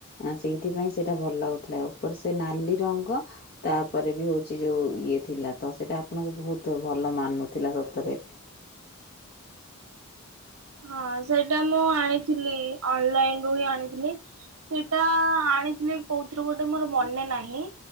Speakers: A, on the left (about 45°); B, on the right (about 80°).
A: ଆ ସେଇଥିପାଇଁ ସେଇଟା ଭଲ ଲାଗୁଥିଲା। ଉପରେ ସେ ନାଲି ରଙ୍ଗ ତାପରେ ବି ହେଉଛି ଯୋଉ ଇଏ ଥିଲା ତ ସେଇଟା ଆପଣଙ୍କୁ ବହୁତ ଭଲ ମାନୁଥିଲା ସତରେ।
B: ହଁ ସେଇଟା ମୁଁ ଆଣିଥିଲି ଅନଲାଇନ ରୁ ହିଁ ଆଣିଥିଲି। ସେଇଟା ଆଣିଥିଲେ କଉଥିରୁ ଗୋଟେ ମୋର ମନେ ନାହିଁ।